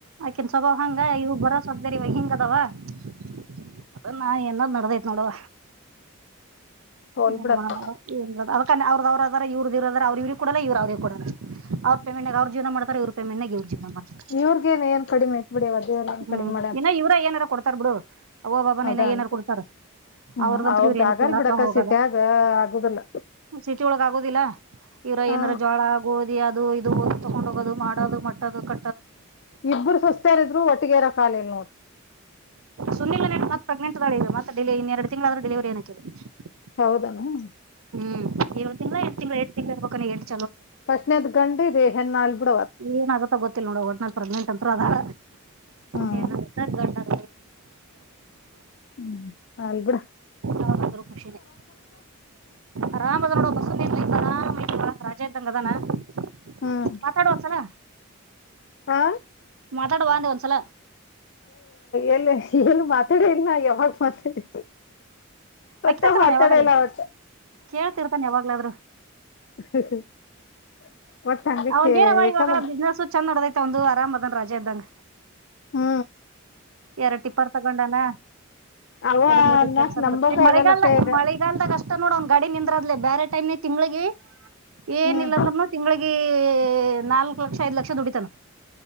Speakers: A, on the right; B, on the left.
A: ಆಕಿನ್ ಸ್ವಭಾವ ಹಂಗ ಈ ಬರೋ ಸೊಸ್ತೆರ್ ಇವ ಹಿಂಗ ಅದಾವ? <unintelligible> ಹಾ ಎಲ್ಲಾ ನಡದೈತ್ ನೋಡವ
B: ಹೋಲ್
A: ಏನ
B: ಬಿಡಪ್ಪ
A: ಮಾಡ ರೊಟ್ಟಿ <unintelligible> ತಾ ಅವರದ ಅವರ ಅದಾರ ಇವ್ರದ ಇವರದಾರ ಅವ್ರ ಇವರಿಗ ಕೊಡಲ್ಲ ಇವರ ಅವರಿಗ ಕೊಡಲ್ಲ ಅವರ ಪೇಮೆಂಟ್ ನ್ಯಾಗ ಅವರ ಜೀವನ ಮಾಡತರಾ ಇವರ ಪೇಮೆಂಟ್ ನ್ಯಾಗ ಇವರ ಜೀವನ ಮಾಡತರಾ
B: ಇವ್ರಗೇನ್
A: <unintelligible>
B: ಏನ್ ಕಡಿಮೆ ಐತ್ ಬಿಡಿ ದೇವ್ರ ಏನ್
A: ಹೂ
B: ಕಡಿಮೆ ಮಾಡ್ಯಾನ
A: ಇನ್ನ ಇವರ ಏನಾರ ಕೊಡ್ತಾರ ಬಿಡು ಅವ ಒಬ್ಬನೆ
B: ಅದ
A: <unintelligible> ಏ ಏನರ
B: ಅಂತೆ
A: ಕೊಡ್ತಾರ? <unintelligible>
B: ಹ್ಮ್
A: ಅವರದಂತೂ
B: ಅವ್ರದ್
A: ಇವರ
B: ಆಗಲ್
A: ತಿನ್ನಾಕ್
B: ಬಿಡಕ
A: ಹೋಗಲ್ಲ
B: ಸಿಟ್ಯಾಗ ಆಗುದಿಲ್ಲ
A: ಸಿಟಿ ಒಳಗ ಆಗೋದಿಲ್ಲ? <unintelligible> ಇವರ
B: ಹಾ
A: ಏನರ ಜೋಳ ಗೋದಿ ಅದು ಇದು ತಕೊಂಡ್ ಹೋಗೋದು ಮಾಡೋದು ಮಟ್ಟೋದ ಕ <unintelligible>
B: ಇಬ್ಬರು ಸೊಸೆಸ್ತಾರಿದ್ರು ಒಟ್ಟಿಗೆ ಇರಕ ಆಗ್ಲಿಲ್ಲ ನೋಡ <unintelligible>
A: ಸುನಿಲನ ಹೆಂಡ್ತಿ ಮತ್ತ ಪ್ರೆಗ್ನೆಂಟ ಅದಾಳ ಇಗ ಮತ್ತ ಡೆಲೇ ಇನ್ ಎರಡ ತಿಂಗಳ ಆದರ ಡೆಲಿವರಿಇನ್ ಅಕಿದ <unintelligible>
B: ಹೌದಾ? <unintelligible>
A: ಹೂ ಏಳ್ ತಿಂಗಳ ಎಂಟ ತಿಂಗಳ ಎಷ್ಟ ತಿಂಗಳ ಇರಬೇಕೇನ <unintelligible>
B: ಫಸ್ಟ್ ನೇ ದ ಗಂಡು ಇದ ಹೆಣ್ಣಾಆಗಲಿ ಬಿಡ್ <unintelligible>
A: ಏನ ಆಗುತ್ತ ಗೊತ್ತಿಲ್ಲ ನೋಡ ಒಟ್ನಲಿ ಪ್ರಗ್ನೆಂಟ್ ಅಂತ್ರು ಅದಾಳ
B: ಹ್ಮ್
A: ಹೆಣ್ಣ ಆಗುತ್ತ ಗಂಡ ಆ <unintelligible>
B: ಹ್ಮ್ ಅಲ್ಪಡು.
A: ಯಾವ್ದಾದ್ರು ಖುಷಿನೇ ಆರಾಮ್ ಅದ ನೋಡ ಬಸರಾಮ ರಾಜ ಇದ್ದಂಗ ಅದಾನ. <unintelligible>
B: ಹ್ಮ್
A: ಮಾತಾಡುವ ಒಂದ್ಸಲ.
B: ಹಾ
A: ಮಾತಾಡವ ಅಂದೆ ಒನ್ಸಲ.
B: ಎಲ್ಲಿ ಏನು ಮಾತ. ಮಾತಾಡಿ ಇಲ್ಲ ನ ಯಾವಾಗ ಮಾತಾಡಿ ಮಟ್ಟ
A: ಅಕ್ಕಿರ್ತಾನ
B: ಮಾತಾಡ
A: ಅವ ಯಾವಾಗಾರ
B: ಇಲ್ಲ ಅವತ್ತ.
A: ಕೇಳ್ತಿರ್ತಾನ ಯಾವಾಗ್ಲಾದ್ರೂ.
B: <unintelligible> ಒಟ್ಟ ಹಂಗಕ್ಕೆ
A: ಅವಂದ ಏನವ
B: ಯಾಕಂದ್ರ
A: ಇವಾಗ ಬಿಸ್ನೆಸ್ ಚಂದ ನಡದೈತೆ ಒಂದು ಆರಾಮ್ ಅದನ್ ರಜ ಇದ್ದಂಗ.
B: ಹ್ಮ
A: ಎರಡ್ ಟಿಪ್ಪರ್ ತಗೊಂಡಾನ.
B: ಅವ
A: ಎರದದ್ದ
B: ಅನ್ನಕ್
A: ಕೆಲ್ಸ
B: ನಂಬಕ
A: ಮಳಗಾಲದ
B: ಆಗಲ್ಲಕ್ಕ ಈಗ
A: ಮಳೆಗಾಲಲ್ದಾಗ ಅಷ್ಟ ನೋಡೋಣ ಗಾಡಿ ನಿಂದ್ರ ಅದ್ಲೆೇ ಬೇರೆ ಟೈಮ್ ತಿಂಗಳಿಗೆ ಏನಿಲ್ಲ
B: ಹ್ಮ್
A: ಅಂದ್ರರುನು ತಿಂಗಳಿಗೆ. ನಾಲ್ಕು ಲಕ್ಷ ಐದ್ ಲಕ್ಷ ದುಡಿತಾನ